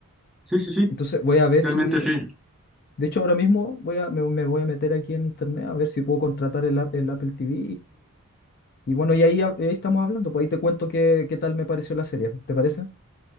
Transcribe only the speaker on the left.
Entonces voy a ver
si,
de hecho ahora mismo voy a, me, me voy a meter aquí en internet a ver si puedo contratar el, a- el Apple TV y bueno, y ahí, hab- ahí estamos hablando, pues ahí te cuento qué, qué tal me pareció la serie, ¿te parece?